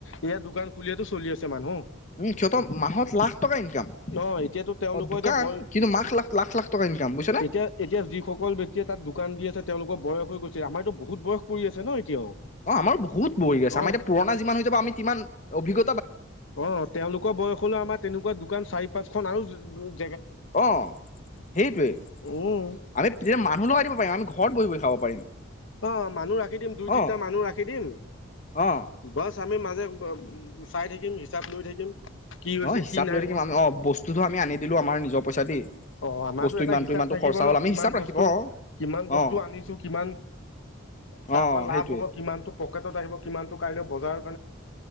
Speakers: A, on the left; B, on the left.
A: ইয়য়া দোকান খুলিয়াতো চলি আছে মানুহ
B: উম সিহঁতৰ মাহত লাখ টকা ইনকাম
A: অ এতিয়াতো তেওঁলোকৰ
B: অ দোকান
A: এতিয়া বৰ
B: কিন্তু মাখ লাখ লাখ লাখ টকা ইনকাম বুজিছ নে
A: এতিয়া এতিয়া যিসকল ব্ক্তিয়ে তাত দোকান দি আছে তেওঁলোকৰ বয়স হৈ গৈছে আমাৰতো বহুত বয়স পৰি আছে ন এতিয়াও
B: অ আমাৰ বহুত বহি আছে
A: অ
B: আমাৰ এতিয়া পুৰণা যিমান হৈ যাব আমি মান অভিজ্ঞ
A: অঁ তেওঁলোকৰ বয়স হলেও আমাৰ তেনেকুৱা দোকান চাৰি পাঁচখনন আৰু অঁ
B: অঁ সেইটোৱে
A: উম
B: আমি তেতিয়া মানুহ লগাই দিব পাৰিম আমি ঘৰত বহি বহি খাব পাৰিম
A: অঁ মানুহ ৰাখি দিম দুই
B: অ
A: তিনটা মানুহ ৰাখি দিম
B: অ
A: বচ আমি মাজে চাই থাকিম হিচাপ লৈ থাকিম কি হৈছে
B: অ হিচাপ
A: কি নাই
B: লৈ থাকিমি
A: হোৱা
B: অঁ বস্তুতো আমি আনি দিলো আমাৰ নিজৰ পইচা দি
A: অঁ আমাৰো
B: বস্তু
A: এটা
B: ইমানটো
A: হিচাপ
B: ইমানটো
A: থাকিব
B: খৰচা
A: ন
B: হ'ল আমি
A: কিমান
B: হিচাপ ৰাখিম
A: বস্তু
B: অ
A: কিমান বস্তু
B: অ
A: আনিছো কিমান তাৰ
B: অ
A: পৰাা লাভ
B: সেইটোৱে
A: হব কিমানতটো পকেটত আহিব কিমানতটো কাইলৈ বজাৰ